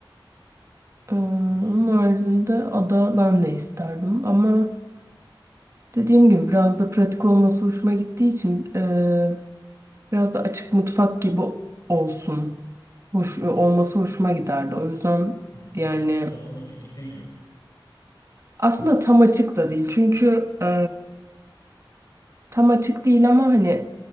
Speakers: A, on the right; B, on the left.
A: Ee, Onun
B: evet gerçekten iyi
A: haricinde
B: olurdu.
A: ada ben de isterdim ama dediğim gibi biraz da pratik olması hoşuma gittiği için e, biraz da açık mutfak gibi olsun. Hoş, e, olması hoşuma giderdi. O yüzden
B: Hı,
A: yani
B: böyle salonla birlikte gibi mi?
A: aslında tam açık da değil. Çünkü e, tam açık değil ama hani